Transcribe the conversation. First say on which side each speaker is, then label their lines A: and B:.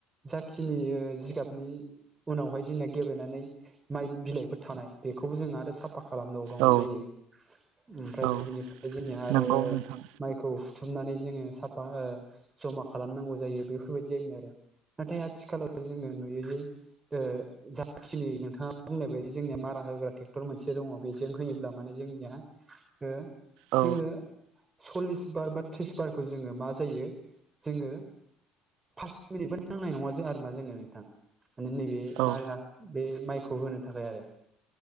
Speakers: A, on the right; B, on the right.
A: जाखिनि ओ जिगाबनि उनावहाय जोंना गेब्लेनानै माइ बिलाइफोर थानाय बेखौबो जोंहा आरो साफ फा खालाम दावनांगौ
B: औ
A: जायो। ओमफ्राय
B: औ
A: बिनिफ्राय जोंनिया आरो
B: नंगौ नोंथां
A: माइखौ हुथुमनानै जोङो साफा ओ ज'मा खालामनांगौ जायो बेफोरबायदि जायोमोन आरो। नाथाय आथिखालाव जोङो नुयो जे ओ जाखिनि नोंथाङा बुंनाय बायदि जोंनिया मारा होग्रा ट्रेक्टर मोनसे दङ। बे जों होयोब्ला माने जोंनिया ओ
B: औ
A: जोङो सल्लिस बार बा थ्रिस बारखौ जोङो मा जायो। जोङो फास मिनिटबो नांनाय नङा जों आरो ना जोंनो नोंथां। माने नैबे ए
B: औ
A: मारा बे माइखौ होनो थाखाय आरो।